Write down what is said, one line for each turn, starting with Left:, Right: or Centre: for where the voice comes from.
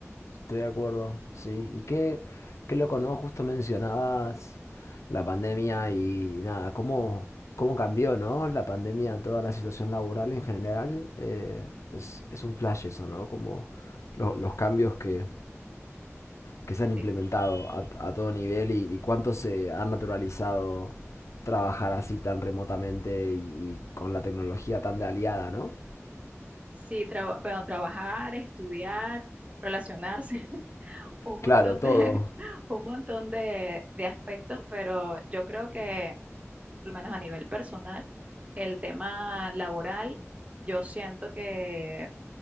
Left: Estoy de acuerdo, sí. Y qué, qué loco, ¿no? Justo mencionabas la pandemia y nada, cómo, cómo cambió, ¿no? La pandemia, toda la situación laboral en general, eh, es, es un flash eso, ¿no? Como lo- los cambios que, que se han implementado
Right: Sí,
Left: a, a todo nivel y, y cuánto se ha naturalizado trabajar así tan remotamente y, y con la tecnología tan de aliada, ¿no?
Right: sí traba- bueno, trabajar, estudiar, relacionarse. <laughs> un montón
Left: Claro, todo.
Right: de, <laughs> un montón de, de aspectos, pero yo creo que, al menos a nivel personal, el tema laboral, yo siento que